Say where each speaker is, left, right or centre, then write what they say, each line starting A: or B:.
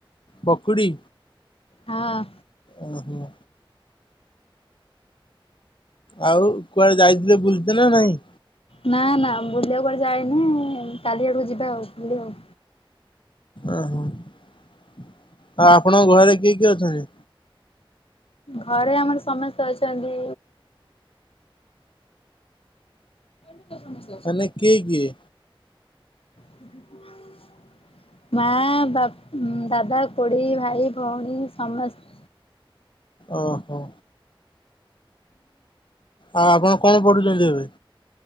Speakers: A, on the left (about 60°); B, on the left (about 90°).
A: ପକୁଡ଼ି?
B: ହଁ।
A: ଓ ହୋ। ଆଉ କୁଆଡେ ଯାଇଥିଲେ ବୁଲିତେ ନା ନାଇଁ?
B: ନା ନା ବୁଲିବାକୁ କୁଆଡେ ଯାଏନି। କାଲି ଆଡକୁ ଯିବା ଆଉ ବୁଲି ଆଉ।
A: ଓହୋ ଆଉ ଆପଣଙ୍କ ଘରେ କିଏ କିଏ ଅଛନ୍ତି?
B: ଘରେ ଆମର ସମସ୍ତେ ଅଛନ୍ତି। <unintelligible>
A: ମାନେ କିଏ କିଏ?
B: <unintelligible> ମା ବାପ ଦାଦା ଖୁଡ଼ି ଭାଇ ଭଉଣୀ ସମସ୍ତ।
A: ଓ ହୋ। ଆଉ ଆପଣ କଣ ପଢୁଛନ୍ତି ଏବେ?